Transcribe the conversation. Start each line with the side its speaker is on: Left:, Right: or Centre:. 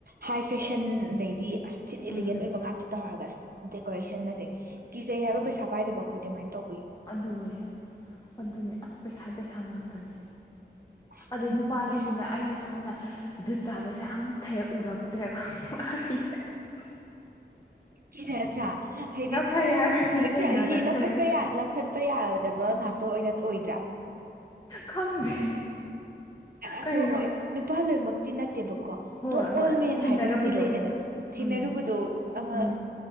Right: ꯍꯥꯏ ꯐꯦꯁꯟ ꯑꯗꯩꯗꯤ ꯑꯁ ꯊꯤꯟ
Left: ꯎꯝ
Right: ꯏꯂꯤꯒꯦꯟ ꯑꯣꯏꯕ ꯉꯥꯛꯇ ꯇꯧꯔꯒ ꯑꯁ ꯗꯦꯀꯣꯔꯦꯁꯟꯒꯥꯖꯦ ꯀꯤꯖꯩ ꯍꯥꯏꯕ ꯄꯩꯁꯥ ꯄꯥꯏꯗꯕ ꯑꯩꯈꯣꯏꯗꯤ ꯑꯗꯨꯃꯥꯏꯅ ꯇꯧ
Left: ꯑꯗꯨꯅꯦ ꯑꯗꯨꯅꯦ ꯑꯁ ꯄꯩꯁꯥ ꯄꯩꯁꯥꯃꯇꯅꯤ
Right: ꯑꯁ
Left: ꯑꯗꯩ
Right: ꯑꯗꯨꯅꯤ
Left: ꯅꯨꯄꯥꯁꯤꯁꯨꯅꯦ
Right: ꯄꯩꯁꯥ
Left: ꯑꯩꯅ ꯁꯨꯝ ꯅ ꯖꯨꯠ ꯆꯥꯕꯁꯦ ꯑꯝꯇ ꯍꯦꯛ ꯎꯔꯛꯇ꯭ꯔꯦꯕ <unintelligible>
Right: ꯀꯤꯖꯔꯠꯇ꯭ꯔꯥ ꯍꯥꯏꯗꯤ
Left: ꯐꯩ ꯍꯥꯏꯕꯁꯤ
Right: ꯑꯩꯁꯦ
Left: ꯊꯦꯡꯅꯔꯛꯇ꯭ꯔꯦ
Right: <unintelligible> ꯂꯧꯈꯠꯄ ꯂꯧꯈꯠꯄ ꯌꯥꯗꯕ ꯉꯥꯛꯇ ꯑꯣꯏꯅ ꯑꯣꯏꯗ꯭ꯔꯥ
Left: ꯈꯪꯗꯦ
Right: ꯑꯗꯣ
Left: ꯀꯩꯅꯣ
Right: ꯍꯣꯏ ꯅꯨꯄꯥ ꯂꯣꯏꯃꯛ ꯇꯤꯟ ꯅꯠꯇꯦ ꯕꯧ ꯀꯣ
Left: ꯍꯣꯏ
Right: ꯅꯣꯠ ꯑꯣꯜ
Left: ꯍꯣꯏ
Right: ꯃꯦꯟ
Left: ꯊꯦꯡꯅꯔꯕꯗꯣ
Right: ꯍꯥꯏꯕ ꯑꯃꯗꯤ ꯂꯩꯗꯅ ꯊꯦꯡꯅꯔꯨꯕꯗꯣ
Left: ꯎꯝ
Right: ꯑꯃ꯫
Left: ꯎꯝ